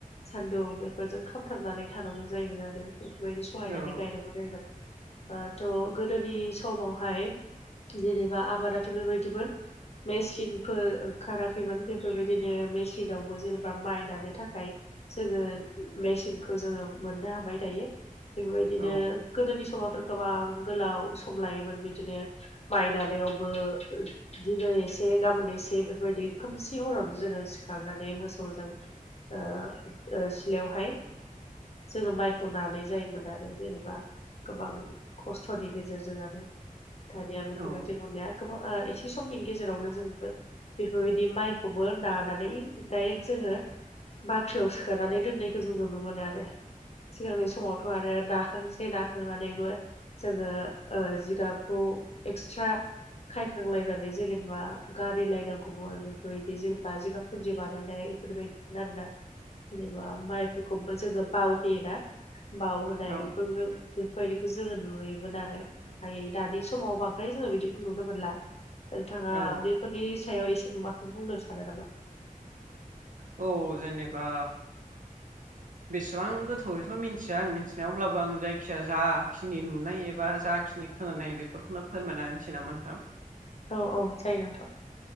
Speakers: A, on the left; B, on the right.
A: सान्दुं बेफोरजों खामथाबनानै थानांगौ जायोमोन आरो बेफोरबायदि सहायनानै
B: औ
A: गायनांगौ जायोमोन। ओ थ' गोदोनि समावहाय। जेनेबा आबादाथ' बेबायदिमोन मेचिनफोर। खाराखैमोन बेफोरबायदिनो मेसिनाव जेनेबा माइ नानो थाखाय जोङो मेसिनखौ जोङो मोननो हाबाय दायो। बेबायदिनो
B: औ
A: गोदोनि समावथ' गोबां गोलाव सम लायोमोन बिदिनो माइ नानायावबो दिनै एसे गाबोन एसे बेफोरबायदि खोमसि हरावनो जोङो <unintelligible> खारनानै मोसौजों ओ ओ सिलायावहाय जोङो माइखौ नानाय जायोमोन आरो जेनेबा गोबां खस्थ'नि गेजेरजों आरो दानिया बेफोरबायदि
B: औ
A: नुलिया गोबां ओ एसे समनि गेजेरावनो जोंबो बेफोरबायदि माइखौबो नानानै डायरेक्ट जोङो बाख्रियाव सोनानै दोननायखौ जों नुनो मोनो आरो सिगांनि समावथ' आरो नाखांसै नाखांनानैबो जोङो ओ जिगाबखौ एक्सट्रा खायखांलायनानै जेनेबा गारि लायनांगौमोन आरो बेफोरबायदि जेनेबा जिगाब फोरजि बानायनाय बेफोरबायदिमोन आरोना जेनेबा माइफोरखौ खौबो जोङो बावहोयोना बाव होनाय
B: औ
A: बेफोरबो बेफोरबायदिखौ जोङो नुयोमोन आरो ओमफाय दानि समाव बांद्राय जोङो बिदिखौ नुनो मोनला नोंथाङा
B: औ
A: बेफोरनि सायाव एसे माबाखौ बुंनो सानो नामा?
B: औ जेनेबा
A: <unintelligible>
B: बेसेबां गोथौयैथ' मिनथिया आं मिथिनायाव अब्लाबो आं जायखिया जाखिनि नुनाय एबा जाखिनि खोनानाय बेफोरखौनो फोरमायना होनोसै नामा नोंथां।
A: औ औ जायो नोंथां।